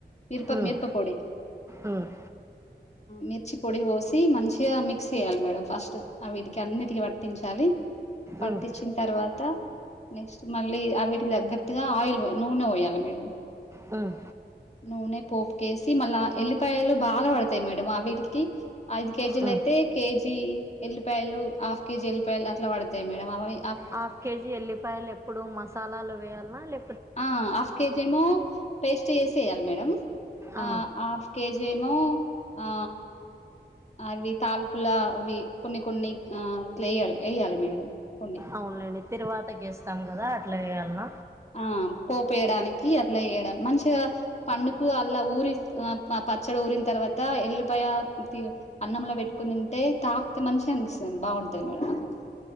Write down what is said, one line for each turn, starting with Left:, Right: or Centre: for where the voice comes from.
Left: మిరప
Right: ఉమ్,
Left: మిరప పొడి
Right: ఉమ్,
Left: మిర్చి పొడి ఓసి మంచిగా మిక్స్ చేయాలి మేడం ఫస్ట్ ఆ వీటికి అన్నిటికి పట్టించాలి పట్టించిన
Right: ఉమ్,
Left: తర్వాత నెక్స్ట్ మళ్ళీ ఆ వీటికి తగ్గటుగా ఆయిల్ నూనె ఓయ్యలి మేడం
Right: మ్
Left: నూనె పోపుకేసి మళ్ళా ఎల్లిపాయలు బాగా పడతాయి మేడమ్ అ వీటికి ఐదు కేజీలు
Right: ఉమ్.
Left: అయితే కేజీ ఎల్లిపాయలు హాఫ్ కేజీ ఎల్లిపాయలు అట్లా పడతాయి మేడం అవే
Right: హాఫ్ కేజీ ఎల్లిపాయలు ఎప్పుడు మసాలాలు వేయాల్న లే
Left: ఆ హాఫ్ కేజీ ఏమో పేస్ట్ చేసి ఎయ్యాలి మేడం
Right: ఆ,
Left: అ హాఫ్ కేజి ఏమో ఆ అవి తాలింపుల అవి కొన్ని కొన్ని ఆ ఇట్లా ఎయ్యలి ఎయ్యాలి మేడం కొన్ని
Right: అవునలేండి తిరువాతకి వేస్తాం కదా అట్లా వేయాల్న
Left: ఆ పోపు వేయడానికి అట్లా వేయడం మంచిగా పండుకు అల్ల ఊరి ఆ ప పచ్చడి ఊ తర్వాత ఎల్లిపాయ అన్నంలో పెట్టుకొని తింటే తాకుతే మంచిగా అనిపిస్తది బావుంటది మేడం అది <inaudible>